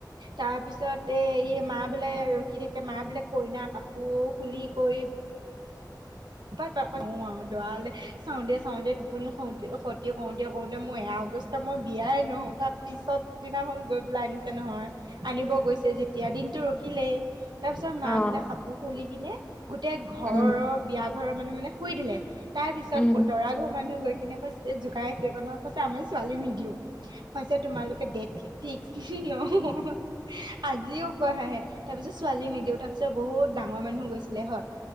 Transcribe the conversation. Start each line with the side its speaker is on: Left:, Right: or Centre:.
Right: তাৰ পিছত এই এই মা বোলে ৰখি থাকে মা বোলে কইনা কাপোৰ খুলি কৰি- তাপা তাৰপৰা অঁ আঁ দৰালে- চাওঁতে চাওঁতে টোপনি খঁতি খঁতি কৰোতে কৰোতে মই এয়া অৱস্থা মই বিয়াই নহওঁ, তাৰ পিছত- দিনাখন গৈ পেলাই আনিছে নহয় আনিব গৈছে যেতিয়া দিনটো ৰখিলেই। তাৰ পিছত
Left: অ
Right: মা বোলে কাপোৰ খুলি কিনে গোটেই ঘৰৰ
Left: উম
Right: বিয়া ঘৰৰ মানুহ মানে শুই দিলে। তাৰ পিছত
Left: উম
Right: দৰা ঘৰ মানুহ গৈ কিনে কৈছে জোকাই আছে ক নহ কৈছে আমি ছোৱালী নিদিওঁ। কৈছে তোমালোকে ডেট ফিক্স বুলি নহয়। আজিও কৈ হাঁহে তাৰ পিছত ছোৱালী নিদিওঁ, তাৰ পিছত বহুত ডাঙৰ মানুহ গৈছিলে হয়।